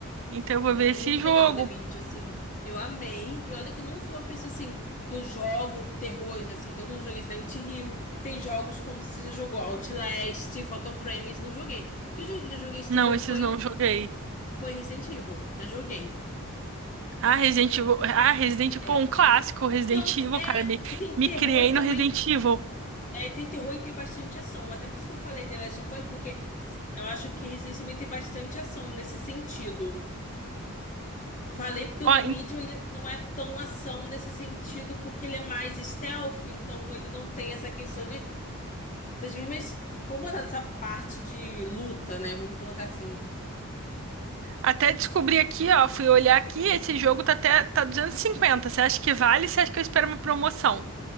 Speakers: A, on the right (about 60°); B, on the left (about 35°).
A: Então eu vou
B: É
A: ver esse
B: muito
A: jogo.
B: legal The Medium, assim. Eu amei. E olha que eu não sou uma pessoa assim que eu jogo terrores, assim. Então eu não joguei Silent Hill. Tem jogos como se você já jogou Outlast, Fatal Frames, não joguei. O que eu já joguei de
A: Não,
B: terror
A: esses
B: foi,
A: não joguei.
B: foi Resident Evil. Já joguei.
A: Ah, Resident Evil. Ah, Resident Evil,
B: É.
A: pô, um clássico, Resident
B: Então,
A: Evil,
B: é
A: cara. Me,
B: que tem
A: me
B: terror
A: criei
B: e
A: no
B: também.
A: Resident Evil.
B: É, tem terror e tem bastante ação. Até por isso que eu falei The Last of Us, porque eu acho que Resident também tem bastante ação nesse sentido. Falei porque o
A: Ó,
B: The Medium ele não é tão ação nesse sentido, porque ele é mais stealth, então ele não tem essa questão de, das mesmas. Vamos botar essa parte de luta, né? Vamos colocar assim.
A: Até descobri aqui, ó, fui olhar aqui, esse jogo tá até tá 250. Você acha que vale? Você acha que eu espero uma promoção?